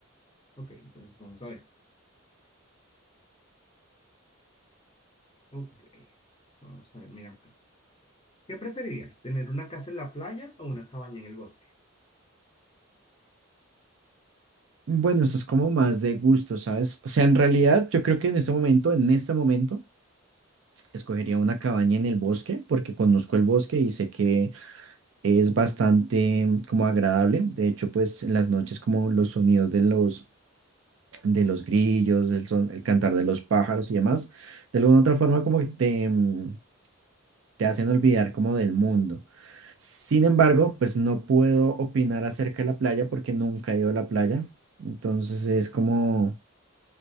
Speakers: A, on the left (about 25°); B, on the right (about 65°).
A: Ok, entonces vamos a ver. Ok, vamos a ver, mira acá. ¿Qué preferirías, tener una casa en la playa o una cabaña en el bosque?
B: Bueno, eso es como más de gusto, ¿sabes? O sea, en realidad yo creo que en este momento, en este momento, escogería una cabaña en el bosque porque conozco el bosque y sé que Es bastante mm, como agradable. De hecho, pues en las noches como los sonidos de los, de los grillos, el, son- el cantar de los pájaros y demás, de alguna u otra forma como que te, mm, te hacen olvidar como del mundo. Sin embargo, pues no puedo opinar acerca de la playa porque nunca he ido a la playa. Entonces es como